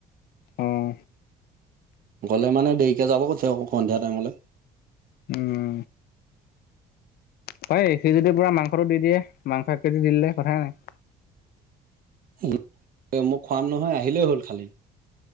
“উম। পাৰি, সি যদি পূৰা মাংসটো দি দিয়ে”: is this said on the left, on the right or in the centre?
Left